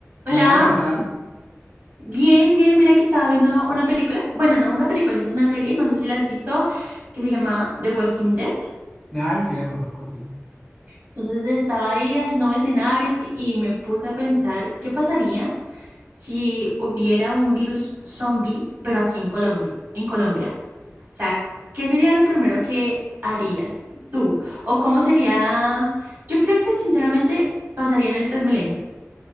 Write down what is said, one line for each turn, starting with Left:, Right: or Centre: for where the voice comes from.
Right: Hola,
Centre: Hola, ¿qué tal?
Right: bien, bien, mira que estaba viendo una película, bueno, no una película, es una serie, no sé si la has visto, que se llama The Walking Dead.
Centre: Ay, sí la conozco, sí.
Right: Entonces estaba ahí haciendo escenarios y y me puse a pensar qué pasaría si hubiera un virus zombie, pero aquí en Colombia, en Colombia. O sea, ¿qué sería lo primero que harías tú? ¿O cómo sería? Yo creo que sinceramente pasaría en el Transmilenio.